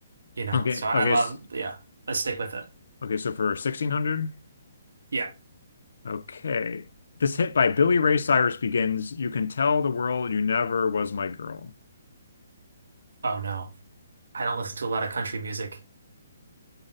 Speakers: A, on the right; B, on the left.
A: you know,
B: Okay,
A: so I
B: okay,
A: love,
B: s-
A: yeah, let's stick with it.
B: okay, so for 1600,
A: Yeah.
B: okay. This hit by Billy Ray Cyrus begins, You can tell the world you never was my girl.
A: Oh no. I don't listen to a lot of country music.